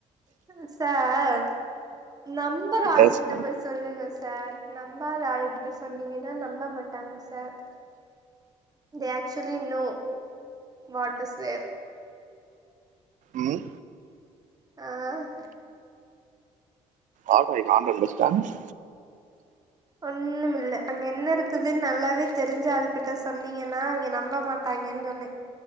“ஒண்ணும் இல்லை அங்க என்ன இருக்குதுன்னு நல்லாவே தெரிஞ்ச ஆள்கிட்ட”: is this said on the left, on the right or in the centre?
Right